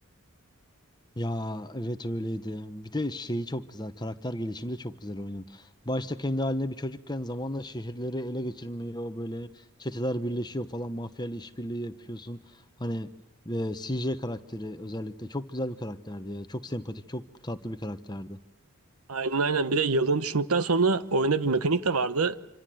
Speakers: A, on the left; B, on the right.
A: Ya evet öyleydi. Bir de şeyi çok güzel. Karakter gelişimi de çok güzel oyunun. Başta kendi haline bir çocukken zamanla şehirleri ele geçirmiyor. Böyle çeteler birleşiyor falan. Mafyayla işbirliği yapıyorsun. Hani ve CJ karakteri özellikle çok güzel bir karakterdi ya. Çok sempatik, çok tatlı bir karakterdi.
B: Aynen aynen. Bir de yıldığını düşündükten sonra oyuna bir mekanik de vardı.